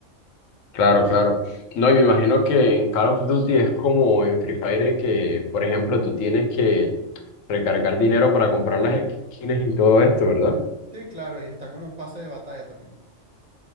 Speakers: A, on the left; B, on the right.
A: Claro, claro. No, y me imagino que en Call of Duty es como en Free Fire que, por ejemplo, tú tienes que recargar dinero para comprar las skins y todo esto, ¿verdad?
B: Sí, claro, y está como un pase de batalla también.